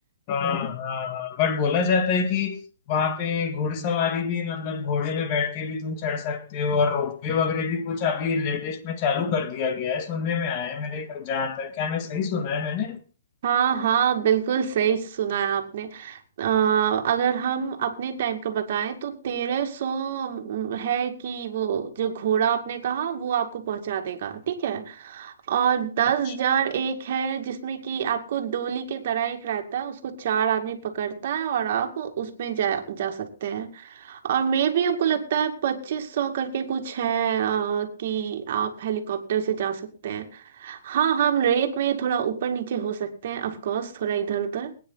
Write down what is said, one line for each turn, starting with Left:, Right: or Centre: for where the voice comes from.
Left: हाँ हाँ हाँ बट बोला जाता है कि वहां पे घुड़सवारी भी मतलब घोड़े पे बैठ के भी तुम चढ़ सकते हो और रोपवे वगैरह भी कुछ अभी लेटेस्ट में चालू कर दिया गया है सुनने में आया है मेरे जहाँ तक क्या मैं सही सुना है मैंने
Right: हाँ हाँ बिल्कुल सही सुना है आपने अ, अगर हम अपने टाइम का बताएं तो तेरह सौ है कि वो जो घोड़ा आपने कहा वो आपको पहुंचा देगा ठीक है और दस
Left: अच्छा।
Right: हजार एक है जिसमें कि आपको डोली के तरह एक रहता है उसको चार आदमी पकड़ता है और आप उसमें जा जा सकते हैं और मे भी हमको लगता है पच्चीस सौ करके कुछ है अ, कि आप हेलीकॉप्टर से जा सकते हैं हाँ हम रेट में थोड़ा ऊपर नीचे हो सकते हैं ऑफ कोर्स थोड़ा इधर उधर